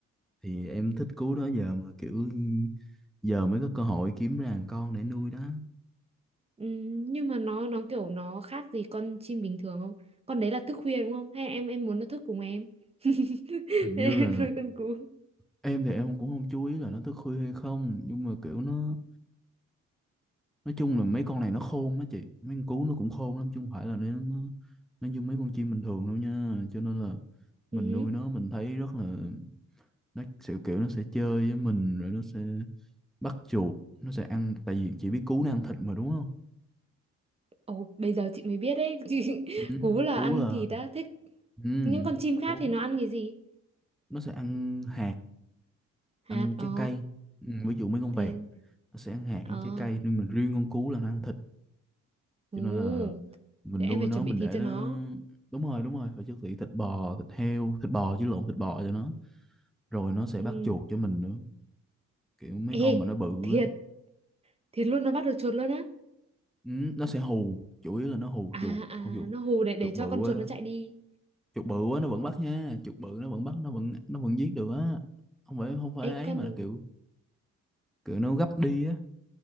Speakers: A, in the centre; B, on the right (about 20°).
A: thì em thích cú đó giờ mà kiểu giờ mới có cơ hội kiếm ra một con để nuôi đó.
B: Ừm, nhưng mà nó nó kiểu nó khác gì con chim bình thường không con đấy là thức khuya đúng không hay em em muốn nó thức cùng em <laughs>
A: Hình
B: nên
A: như
B: em
A: là
B: nuôi con cú
A: em thì em cũng không chú ý là nó thức khuya hay không nhưng mà kiểu nó nói chung là mấy con này nó khôn đó chị mấy con cú nó cũng khôn lắm chứ không phải là nó nó, nó như mấy con chim bình thường đâu nha cho nên là mình
B: Ừm.
A: nuôi nó mình thấy rất là nó sẽ kiểu nó sẽ chơi với mình rồi nó sẽ bắt chuột nó sẽ ăn tại vì chị biết cú nó ăn thịt mà đúng không
B: Ồ, bây giờ chị mới biết đấy <laughs> chị,
A: ừ.
B: cú là
A: cú
B: ăn
A: là
B: thịt đã thích
A: ừ.
B: những con chim khác
A: cú
B: thì nó ăn cái gì
A: nó sẽ ăn hạt
B: hạt
A: ăn
B: ờ
A: trái cây ừ. ví dụ mấy con
B: thế
A: vẹt nó sẽ ăn hạt ăn
B: ờ
A: trái cây nhưng mà riêng con cú là nó ăn thịt
B: ồ
A: cho nên là mình
B: thế em
A: nuôi
B: phải
A: nó
B: chuẩn
A: mình
B: bị thịt
A: để
B: cho
A: nó
B: nó
A: đúng rồi đúng rồi phải chuẩn bị thịt bò thịt heo thịt bò chứ lộn thịt bò cho nó rồi nó sẽ
B: Ừm.
A: bắt chuột cho mình nữa kiểu mấy con
B: ê
A: mà nó bự
B: thiệt
A: á
B: thiệt luôn nó bắt được chuột luôn á
A: ừ, nó sẽ hù chủ yếu là nó hù
B: à
A: chuột
B: à
A: hù chuột
B: nó hù để để
A: chuột bự
B: cho con chuột
A: á
B: nó chạy đi
A: chuột bự á nó vẫn bắt nha chuột bự nó vẫn bắt nó vẫn nó vẫn giết được á không phải không phải
B: Ê
A: ấy
B: con
A: mà là kiểu kiểu nó gấp đi á